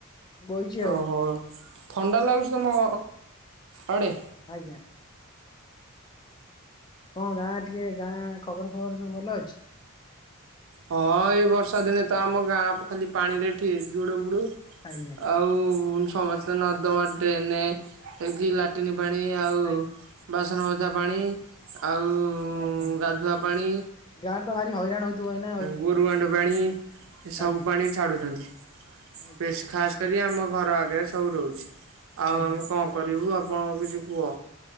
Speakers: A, on the left; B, on the right.
A: ବଇଛି ଆଉ
B: ଓହୋ ଥଣ୍ଡା ଲାଗୁଚି ତମ ଆଡେ?
A: ଆଜ୍ଞା। କଣ ଗାଁ ଟିକେ ଗାଁ ଖବର ଖବର ସବୁ ଭଲ ଅଛି।
B: ହଁ ଏଇ ବର୍ଷା ଦିନେ ତ ଆମ ଗାଁ ଖାଲି ପାଣିରେ ଠେ ଜୁଡୁବୁଡୁ।
A: ଆଜ୍ଞା
B: ଆଉ ସମସ୍ତେ ନର୍ଦମା ଡ୍ରେନ୍ ରେ ଯିଏକି ଲାଟିନ୍ ପାଣି ଆଉ
A: ଆଜ୍ଞା
B: ବାସନ ମଜା ପାଣି ଆ ଆଉ
A: ଆଜ୍ଞା
B: ଗାଧୁଆ ପାଣି
A: ଗାଁରେ ତ ଭାରି ହଇରାଣ ହଉଥିବ ଏଇନା ଆଉ
B: ଗୋରୁ ଗାଣ୍ଡୁଏ ପାଣି ଏ ସବୁ
A: ଆଜ୍ଞା।
B: ପାଣି ଛାଡୁଛନ୍ତି
A: ଆଜ୍ଞା
B: ବେଶ୍ ଖାସ୍ ମତେ ବି ଆମ ଘର ଆଗରେ ସବୁ ରହୁଛୁ ଆଉ
A: ଆଜ୍ଞା
B: ଆମେ କଣ କରିବୁ ଆଉ ଆପଣଙ୍କ କିଛି କୁହ।